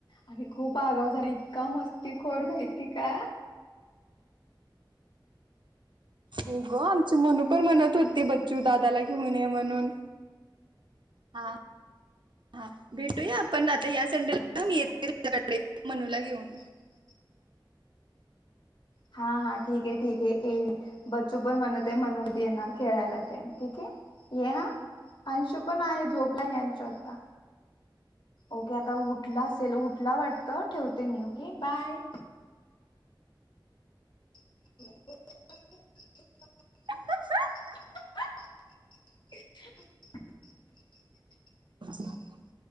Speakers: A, on the left; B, on the right.
A: आणि खूप आगाउ झाला इतका मस्ती खोर माहिती का.
B: हो ग आमची मनू पण म्हणत होती, बच्चू दादाला घेऊन ये म्हणून. हा हा भेटूया पण आता या संडेला येते मनूला घेऊन.
A: <inaudible> हा हा ठीक आहे, ठीके बच्चू पण म्हणत आहे, मनूदी येणार खेळायला दे ठीक आहे. ये हा अंशू पण आहे, झोपला हे अंशू आता. ओके आता उठला असेल उठला वाटतं ठेवते मी ओके बाय. <unintelligible>
B: हहंह
A: हहम
B: थांब थांब थांब.